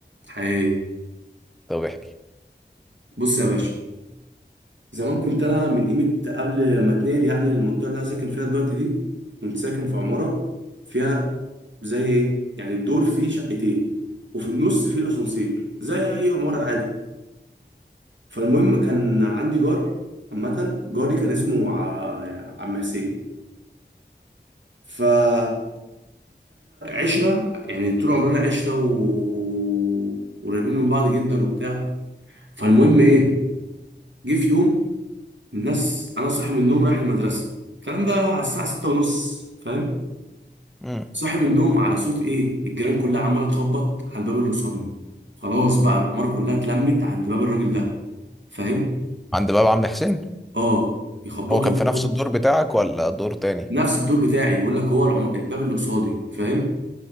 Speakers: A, on the right; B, in the centre.
A: حقيقيه
B: طب احكي
A: بص يا باشا زمان كنت انا من قيمه قبل ما اتنقل يعني للمنطقه اللي انا ساكن فيها دلوقتي دي كنت ساكن في عماره فيها زي ايه يعني الدور فيه شقتين وفي النص فيه الاسانسير زي اي عماره عادي فالمهم كان عندي جار عامه جاري كان اسمه ع- عم حسين فاحنا عشره يعني طول عمرنا عشره و... وقريبين من بعض جدا وبتاع فالمهم ايه جه في يوم الناس انا صاحي من النوم رايح المدرسه الكلام ده على الساعه ستة ونص فاهم
B: مم.
A: صاحي من النوم على صوت ايه الجيران كلها عماله تخبط على الباب اللي قصادنا خلاص بقى العماره كلها اتلمت عند باب الراجل ده فاهم
B: عند باب عم حسين
A: اه يخبطوا
B: هو كان
A: يخبطوا
B: في نفس الدور بتاعك ولا دور تاني
A: نفس الدور بتاعي يقول لك هو العم... الباب اللي قصادي فاهم